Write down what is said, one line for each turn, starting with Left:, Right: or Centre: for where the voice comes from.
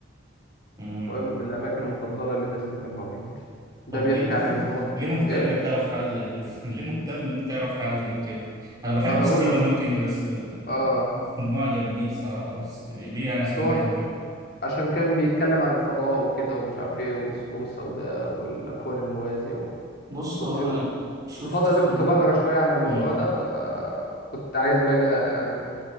Right: مم.
Left: قائمه الاماكن المفضله لدى ستيفن هوكينج ده
Right: طب
Left: بيحكي
Right: ليه <laughs>
Left: عن ان هو
Right: ليه مهتم
Left: ايه
Right: انك تعرف حاجه زي كده <laughs> ليه مهتم انك تعرف حاجه زي كده انا بحب
Left: ما هقول
Right: ستيفن
Left: لك
Right: هوكينج بس آه،
Left: اه
Right: <laughs> معجب بيه بصراحه بس ليه انا
Left: بس
Right: اسمع
Left: هو
Right: حاجه زي كده
Left: عشان كان بيتكلم عن الفضاء وكده ومش عارف ايه والثقوب السوداء والاكوان الموازيه و...
Right: بص
Left: وكنت
Right: هو انا
Left: في
Right: شفت
Left: الفتره
Right: فيلم
Left: دي كنت بقرا شويه عن الموضوع
Right: مم.
Left: ده فكنت عايز بقى يعني